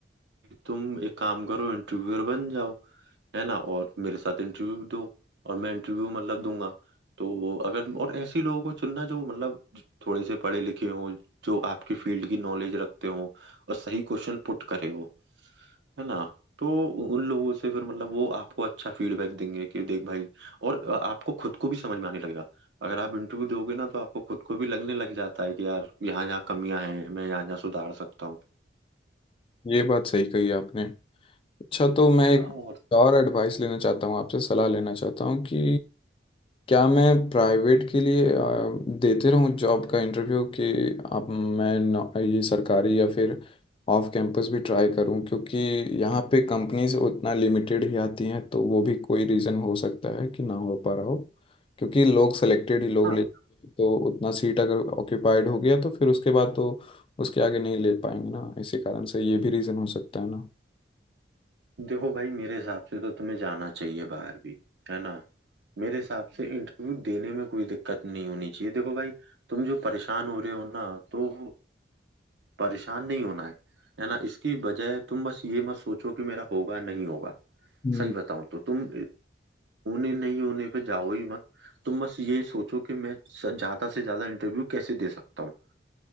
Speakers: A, on the right; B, on the left.
A: तुम एक काम करो इंटरव्यूअर बन जाओ है ना और मेरे साथ इंटरव्यू दो और मैं इंटरव्यू मतलब दूंगा तो अगर और ऐसे लोगों को चुनना जो मतलब थोड़े से पढ़े लिखे हों जो आपकी फील्ड की नॉलेज रखते हों और सही क्वेश्चन पुट करे वो है ना तो उ- उन लोगों से फिर मतलब वो आपको अच्छा फीडबैक देंगे कि देख भाई और अ, आपको खुद को भी समझ में आने लगेगा अगर आप इंटरव्यू दोगे ना तो आपको खुद को भी लगने लग जाता है कि यार यहाँ यहाँ कमियां हैं मैं यहाँ यहाँ सुधार सकता हूँ
B: ये बात सही कही आपने अच्छा तो मैं एक
A: हाँ और
B: और एडवाइस लेना चाहता हूँ आपसे सलाह लेना चाहता हूँ कि क्या मैं प्राइवेट के लिए अ, देते रहूं जॉब का इंटरव्यू कि अब मैं न- ये सरकारी या फिर ऑफ कैंपस भी ट्राई करूं क्योंकि यहाँ पे कंपनीज उतना लिमिटेड ही आती हैं तो वो भी कोई रीज़न हो सकता है कि ना हो पा रहा हो क्योंकि लोग सेलेक्टेड ही लोग
A: हाँ
B: ले तो उतना सीट अगर ऑक्यूपाइड हो गया तो फिर उसके बाद तो उसके आगे नहीं ले पाएंगे ना इसी कारण से ये भी रीज़न हो सकता है ना
A: देखो भाई मेरे हिसाब से तो तुम्हें जाना चाहिए बाहर भी है ना मेरे हिसाब से इंटरव्यू देने में कोई दिक्कत नहीं होनी चाहिए देखो भाई तुम जो परेशान हो रहे हो ना तो परेशान नहीं होना है है ना इसकी बजाय तुम बस ये मत सोचो कि मेरा होगा नहीं होगा
B: हम्म।
A: सही बताऊं तो तुम होने नहीं होने पे जाओ ही मत तुम बस ये सोचो कि मैं स- ज्यादा से ज्यादा इंटरव्यू कैसे दे सकता हूँ